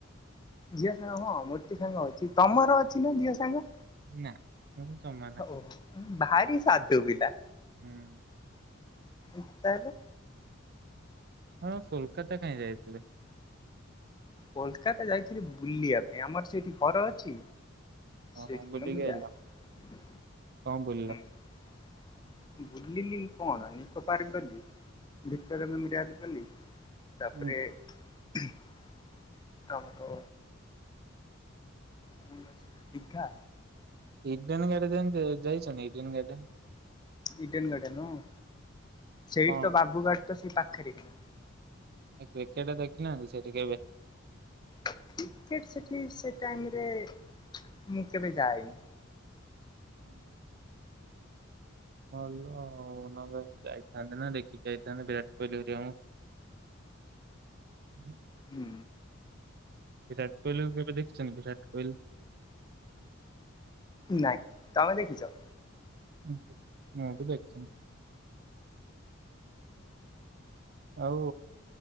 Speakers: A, on the left (about 20°); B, on the right (about 50°).
A: ଝିଅ ସାଙ୍ଗ ହଁ ମୋଟି ସାଙ୍ଗ ଅଛି, ତମର ଅଛି ନା ଝିଅ ସାଙ୍ଗ?
B: ନା ମୁଁ ଜମା ନାହିଁ
A: ଓ ଭାରି ସାଧୁ ପିଲା।
B: ହୁଁ।
A: ଏତାରେ।
B: ହଁ କୋଲକାତା କାହିଁ ଯାଇଥିଲେ।
A: କୋଲକାତା ଯାଇଥିଲି ବୁଲିବା ପାଇଁ ଆମର ସେଇଠି ଘର ଅଛି। ସେଠିକିଲ
B: ଓହୋ ବୁଲିକି
A: ମୁ ଯାଏ,
B: ଆଇଲ କଣ ବୁଲିଲ?
A: ହୁଁ। ବୁଲିଲି କଣ ନିିକୋ ପାର୍କ ଗଲି। ଭିତରେ ମୁଁ <unintelligible> ତାପରେ
B: ହୁଁ
A: <unintelligible> ତମର ସେଟା ଦିଘା।
B: ଇଡେନ୍ ଗାର୍ଡେନ୍ ଯାଇଛନ୍ତି? Eden Garden.
A: ଇଡେନ୍ ଗାର୍ଡେନ ହଁ। ସେଇଠି
B: କଣ?
A: ତ ବାବୁ ଗାଡ ତ ସେଇ ପାଖରେ କି ନା।
B: ଏ କ୍ରିକେଟ ଦେଖିନାହାନ୍ତି ସେଠି କେବେ?
A: କ୍ରିକେଟ ସେଠି ସେ ଟାଇମ୍ ରେ ମୁଁ କେବେ ଯାଏନି।
B: ହୁଁ ହୁଁ। ଭଲ ଆଉ ନହେଲେ ଯାଇଥାନ୍ତେ ନା ଦେଖିକି ଆଇଥାନ୍ତେ ବିରାଟ କୋହଲି ଘରିକାଙ୍କୁ।
A: ହୁଁ।
B: ବିରାଟ କୋହଲିକୁ କେବେ ଦେଖଛନ୍ତି? ବିରାଟ କୋହଲି।
A: ନାଇଁ, ତମେ ଦେଖିଛ?
B: ଉ ମୁଁ ବି ଦେଖିନି। ଆଉ